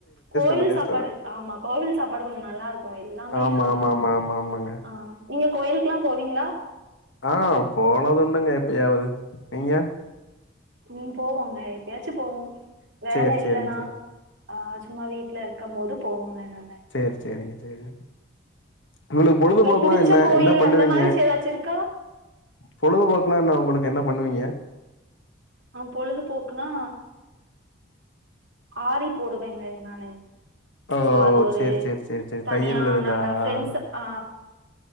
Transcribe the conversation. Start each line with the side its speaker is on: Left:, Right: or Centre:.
Right: கோவில்
Left: அந்த டேஸ்ட்
Right: சாப்பாடு
Left: வராது
Right: ஆமா கோவில் சாப்பாடு கொஞ்சோ நல்லாருக்கு ஓ எல்லாமே
Left: ஆமா
Right: நல்லாருக்கு
Left: ஆமா ஆமா ஆமா ஆமாங்க
Right: ஆ நீங்க கோயிலுக்ல்லா போவீங்ளா
Left: ஆ போனதுண்டுங்க எப்பயாவ்து நீங்க
Right: ம் போவோங்க எப்பயாச்சு போவோ வேல
Left: சேரி
Right: இல்லன்னா.
Left: சேரிங்க சேரி
Right: அ சும்மா வீட்ல இருக்கு போது போவோங்க நாங்க
Left: செர் செரிங்க செரிங்க உங்களுக்கு பொழுதுபோக்குலா
Right: பிடிச்ச
Left: என்ன
Right: கோயில்
Left: என்ன பண்ணுவீங்க
Right: அந்த மாரி ஏதாச்சு இருக்கா
Left: பொழுதுபோக்குலா என்ன உங்களுக்கு என்ன பண்ணுவீங்க
Right: ஆ பொழுதுபோக்குனா ஆரி போடுவேங்க நானு
Left: ஓ
Right: சோ அது ஒரு
Left: சேரி சேரி சேரி சேரி
Right: தனியான
Left: தையல் இதா
Right: நாங்க ஃப்ரெண்ட்ஸ் ஆ